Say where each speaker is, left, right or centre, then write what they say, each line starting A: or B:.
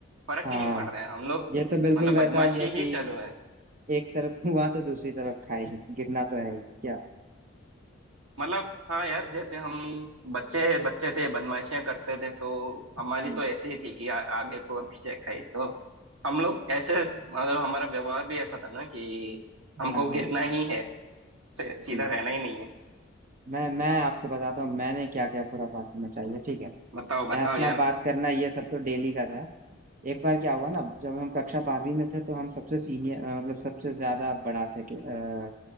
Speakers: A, on the right; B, on the right.
A: फर्क
B: हाँ
A: ही नहीं पड़ रहा है हम लोग
B: ये तो बिल्कुल
A: मतलब बदमाशी
B: वैसा हो गया कि
A: ही चालू है
B: एक तरफ <laughs> हुआ तो दूसरी तरफ खाई गिरना तो है ही क्या
A: मतलब हाँ यार जैसे हम बच्चे बच्चे थे बदमाशियां करते थे तो हमारी
B: हम्म
A: तो ऐसी ही थी कि आ, आगे को पीछे खाई तो हम लोग ऐसे मतलब हमारा व्यवहार भी ऐसा था ना कि हमको
B: हाँ हाँ
A: गिरना ही है से-
B: जी
A: सीधा रहना ही नहीं है
B: मैं मैं आपको बताता हूँ मैंने क्या क्या खुराफात मचाई है ठीक है
A: बताओ बताओ
B: ये हंसना
A: यार
B: बात करना ये सब तो डेली का था एक बार क्या हुआ ना जब हम कक्षा बारहवीं में थे तो हम सबसे सीनियर मतलब सबसे ज्यादा बड़ा थे कि, अ,